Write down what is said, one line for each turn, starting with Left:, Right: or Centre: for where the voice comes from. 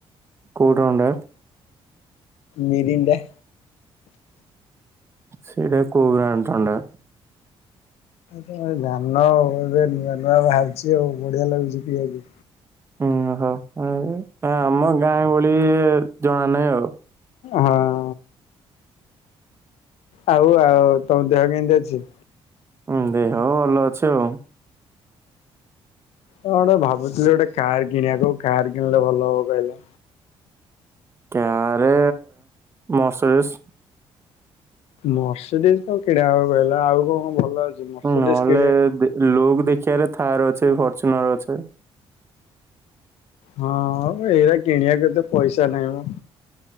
Right: କଉ ଥଣ୍ଡା?
Left: ମିରିଣ୍ଡା।
Right: ସେଇଟା କଉ ବ୍ରାନ ଥଣ୍ଡା?
Left: ତ ଧାନ ଏବେ ନୂଆ ନୂଆ ବାହାରୁଛି ଆଉ ବଢ଼ିଆ ଲାଗୁଛି ପିଇଆକୁ।
Right: ଓହୋ ଆମ ଗାଁ ଭଳି ଜଣା ନାହିଁ ଆଉ।
Left: ହଁ। ଆଉ ଆଉ ତମ ଦେହ କେମିତି ଅଛି?
Right: ହୁଁ ଦେହ ଭଲ ଅଛି ଆଉ।
Left: ଗୋଟେ ଭାବୁଥିଲି ଗୋଟେ କାର କିଣିବାକୁ କାର୍ କିଣିଲେ ଭଲ ହବ କହିଲେ
Right: କାରେ ମସରିସ୍
Left: ମର୍ସିଡିଜ କଣ କିଣା ହବ କହିଲ ଆଉ କଣ କଣ ଭଲ ଅଛି? ମର୍ସିଡିଜ
Right: ନହେଲେ
Left: କିଣି
Right: ଲୁକ୍ ଦେଖିବାରେ ଥାର୍ ଅଛି ଫର୍ଚୁନର ଅଛେ।
Left: ହଁ ଏଇରା କିଣିବାକୁ ଏତେ ପଇସା ନାହିଁ ମ।